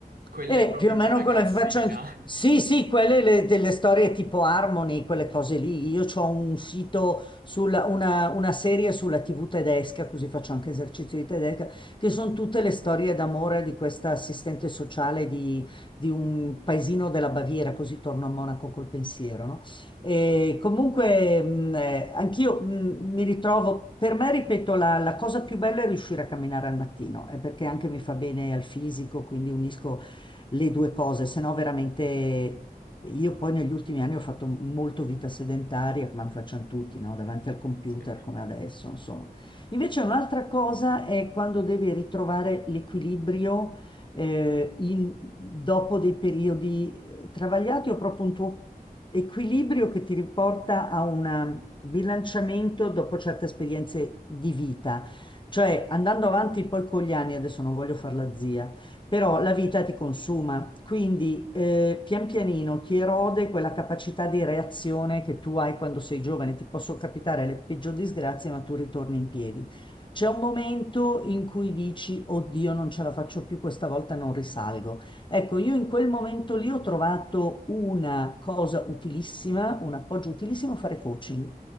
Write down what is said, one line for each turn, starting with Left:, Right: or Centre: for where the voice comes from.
Right: Quelle
Left: E
Right: proprio
Left: più o meno
Right: da ragazzina.
Left: quello che faccio anche... Sì,
Right: <laughs>
Left: sì, quelle le- delle storie tipo Harmony, quelle cose lì. Io ho un sito, sulla, una, una serie sulla TV tedesca, così faccio anche esercizio di tedesca, che sono tutte le storie d'amore di questa assistente sociale di, di un paesino della Baviera, così torno a Monaco col pensiero, no? E comunque mh, eh, anch'io mh, mi ritrovo, per me, ripeto, la, la cosa più bella è riuscire a camminare al mattino, è perché anche mi fa bene al fisico, quindi unisco le due cose, se no veramente io poi negli ultimi anni ho fatto molto vita sedentaria, come lo facciano tutti, no? Davanti al computer
Right: Sì.
Left: come adesso, insomma. Invece un'altra cosa è quando devi ritrovare l'equilibrio eh, in- dopo dei periodi eh, travagliati o proprio un tuo equilibrio che ti riporta a un bilanciamento dopo certe esperienze di vita. Cioè, andando avanti poi con gli anni, adesso non voglio fare la zia, però la vita ti consuma, quindi eh, pian pianino ti erode quella capacità di reazione che tu hai quando sei giovane, ti possono capitare le peggiori disgrazie, ma tu ritorni in piedi. C'è un momento in cui dici, oddio, non ce la faccio più, questa volta non risalgo. Ecco, io in quel momento lì ho trovato una cosa utilissima, un appoggio utilissimo, fare coaching,